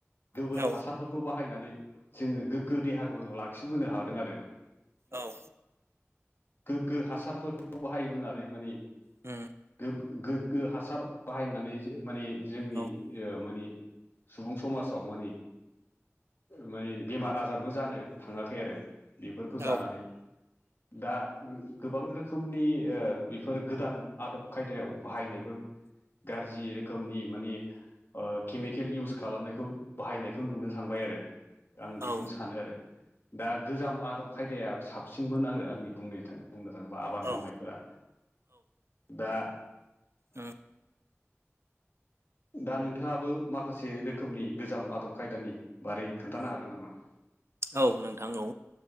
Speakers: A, on the left (about 50°); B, on the right (about 60°).
A: गोबोर
B: औ
A: हासारफोरखौ बाहायनानै जोङो गोग्गो देहाखौ लाखिबोनो हादों आरोना।
B: औ।
A: गो हासारफोरखौ बाहायबोनानै माने
B: उम
A: गोब गोग्गो हासार बाहायनानै जो माने जोंनि
B: औ
A: ओ माने सुबुं समाजाव मानि माने बेमार आजारबो जानो थाङाखै आरो। बेफोरखौ जानानै
B: औ
A: दा गोबां रोखोमनि ओ बेफोर गोदान आदब खायदायाव बाहायनायफोर गारजि रोखोमनि माने ओ केमिकेल इउस खालामनायखौ बाहायनायखौ नुनो थांबाय आरो। आं
B: औ
A: बेखौनो सानो आरो दा गोजाम आदब खायदाया साबसिनमोन आरो आंनि बुंनो थां बुंनो थाङोबा आबाद
B: औ औ
A: मावनायफोरा दा
B: ओ।
A: दा नोंथाङाबो माखासे रोखोमनि गोजाम आदब खायदानि बारै खोन्थानो हागोन नामा?
B: औ नोंथां औ